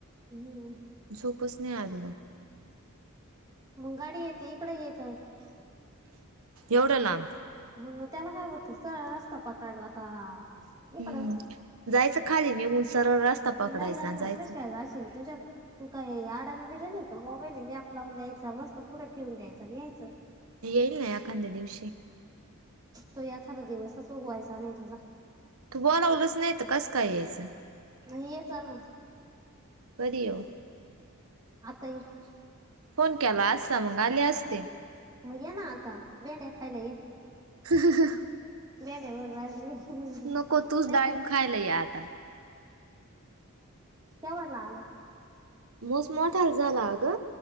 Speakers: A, on the right; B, on the right.
A: हम्म
B: झोपच नाही आल
A: मुंगाडी येते इकडे येत.
B: एवढं लांब
A: मग त्याला काय बत सळ नसता पकडला का इकडं
B: हम्म जायचं खाली निघून सरळ पकडायचा
A: नाही जाणार
B: जायचं.
A: कस काय जाशील तुझ्या तू काही अडाणी बिड नाही का मोबाईल मॅप लावून द्यायचा मस्त पुढं ठेवून द्यायचा आणि यायचं.
B: येईल ना एखाद्या दिवशी
A: तो एखादा दिवसचगवायचा नाही तुझा
B: तू बोला लागलच नाय त कसं काय यायचं.
A: हं चाल मंग
B: कधी यव
A: आता ये.
B: फोन केला असता मंग आले असते.
A: मग ये ना आता भेड्या खायला ये.
B: <unintelligible>
A: भेड्या भरू रायली <unintelligible>
B: नको तूच
A: ये तू नाही
B: डाळींब खायला ये आता
A: त्या म्हटले आले
B: मोस मोठार झाला ग